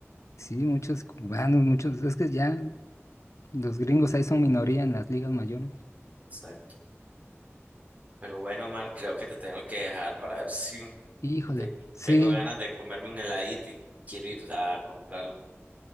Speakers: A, on the left; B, on the right.
A: Sí, muchos cubanos, muchos. Es que ya los gringos ahí son minoría en las ligas mayores.
B: exacto. Pero bueno, Mar, creo que te tengo que dejar para ver si
A: Híjole,
B: de-
A: sí,
B: tengo ganas de comerme un heladito y quiero ir a comprarlo.